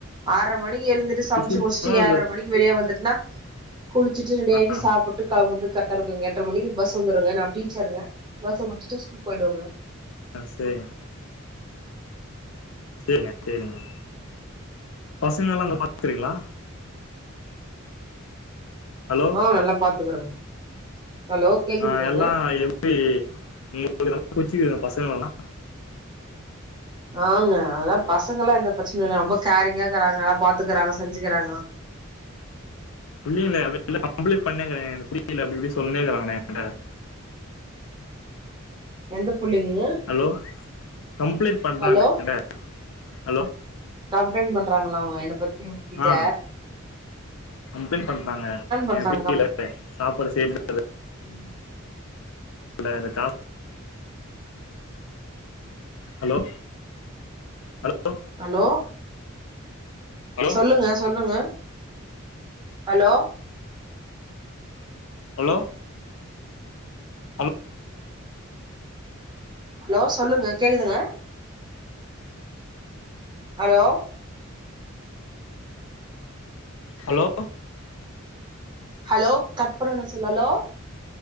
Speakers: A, on the right (about 20°); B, on the left (about 70°).
A: ஆற்ற மணிக்கி எழுந்துட்டு சமுச்சு
B: ஸ்லீப்பா
A: முச்சிட்டு
B: இது
A: ஏழ்ற மணி வெளியா வந்துட்டுன்னா குளிச்சுட்டு ரெடி ஆகிட்டு
B: ஆ
A: சாப்புட்டு கெளம்புவது கரெக்டா இருக்குங்க எட்ர மணிக்கி பஸ் வந்துடுங்க நா டீச்சருங்க பஸ்ஸ புச்சிட்டு ஸ்கூல் போயிடுவங்க
B: ஆ செரிங் ங்க செரிங்க பசங்கெல்லா நல்லா பாத்துக்குறீங்ளா ஹலோ
A: ஆ நல்லா பாத்துக்கறேங்க ஹலோ கேக்குதுங்களாங்க
B: ஆ எல்லா எப்டி உங்ளுக்கு புடுச்சுருக்குதுங்ளா பசங்கள எல்லா
A: ஆங்க அதனால பசங்கெல்லா எந்த பிரச்சனை இல்ல ரொம்ப கேரிங்காக்கறாங்க நல்லா பாத்துக்கறாங்க செஞ்சுகிறாங்க
B: இல்லல இல்ல அப்டில்ல கம்ப்ளீட் பண்ணேறேங்க புரியல அப்டி இப்டி சொன்னேக்காங்கள
A: எந்த புள்ளைங்க
B: ஹலோ கம்ப்ளீட் பண்ற
A: ஹலோ
B: ந கட ஹலோ
A: கம்ப்ளைண்ட் பண்றாங்களா அவ என்ன பத்தி உங்க கிட்ட
B: ஆ கம்ப்ளைண்ட் பண்றாங்க
A: பண்றாங்க
B: எப்டி முடியல வீட்ல சாப்பாடு செய்ய மு <inaudible>
A: ம்
B: இல்ல இருக்கா ஹலோ ஹலோ
A: ஹலோ
B: ஹலோ
A: சொல்லுங்க சொல்லுங்க ஹலோ
B: ஹலோ ஹலோ
A: ஹலோ சொல்லுங்க கேக்குதுங்க ஹலோ
B: ஹலோ
A: ஹலோ கட் பன்னனு சொல்லு ஹலோ